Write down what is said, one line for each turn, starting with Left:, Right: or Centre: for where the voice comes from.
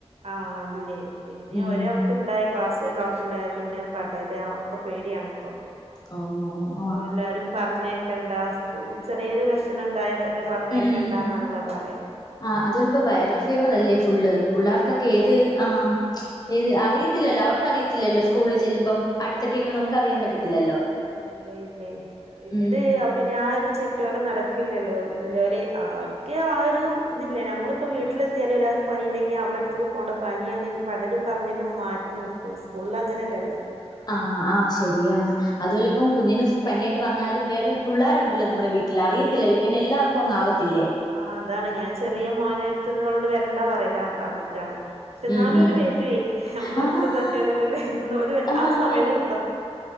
Right: ആഹ് ഇല്ലേ പിന്നെ
Left: ഉം
Right: ഒരാൾക്ക് ഇണ്ടായ ക്ലാസ്സിലൊരാൾ‌ക്കിണ്ടായ പിന്നെ പടര ഒക്കെ പേടിയാണിപ്പൊ
Left: കോ
Right: ഓഹ് എല്ലാരും പറഞ്ഞയക്കണ്ടാ സ്കൂൾല് ചെറിയൊരു ലക്ഷണം എണ്ടായ തന്നെ പറഞ്ഞയ്ക്കണ്ടാന്നാണല്ലോ
Left: ഉം
Right: പറയാ
Left: ആഹ് അതു അല്ലിപ്പോ വൈറൽ ഫീവർ അല്ലേ ഫുള്ള് പുള്ളാർക്കൊക്കെ
Right: ആഹ് അതാണ്
Left: ഏത് ആഹ്
Right: ഉം
Left: ഏത് അറിയത്തില്ലോ അവർക്കറിയത്തില്ലല്ലോ സ്കൂളില് ചെല്ലുമ്പം അടുത്തൊക്കെ ഇരിക്കുന്ന നമുക്കറിയാൻ പറ്റത്തില്ലല്ലോ.
Right: ഇല്ലില്ല ഇല്ലേ ഇവര്
Left: ഉം
Right: അ പിന്നെ ആ ഒരു ചിട്ടകള് നടക്കില്ലല്ലോ ഇല്ലോര് ആൾക്ക് ആഹ് ഒരു ഇതില്ലേ നമ്മളു ഇപ്പം വീട്ടിലെത്തിയാലും ഒരാൾക്ക് പനീണ്ടെണ്ടെങ്കിൽ അവളടടുത്തേക്ക് പോണ്ടാ പനിയാണ് ഇപ്പം പടരും പറഞ്ഞിട്ട് നമ്മ മാറ്റി നിർത്ത് പ്പൊ സ്കൂളില് അങ്ങനെല്ലല്ലോ
Left: ആഹ് ആഹ് ശരിയാണ് അതു അല്ലിപ്പം കുഞ്ഞിന് പനിയായിട്ട് വന്നാലും വേറിം പുള്ളാരുണ്ടല്ലോ നമ്മളെ വീട്ടിൽ അറിയത്തില്ലല്ലോ പിന്നെ എല്ലാർക്കും അങ്ങ് ആവത്തില്ലേ
Right: ആഹ് അതാണ് ഞാൻ ചെറിയ മോനെ എടുത്തൂന്നവളോട് വരണ്ടാ പറയലാണ് പറഞ്ഞക്കാണ് എന്നാലും
Left: ഉം ഉം
Right: എന്റെ
Left: ഉം
Right: വേജുവേ നമ്മളടുത്ത്
Left: ആഹ്
Right: തറ്റിയിലൊരു എന്നും ഒരു കൊല്ല്
Left: ആഹ്
Right: ആ സമയത്തൊരു
Left: വെ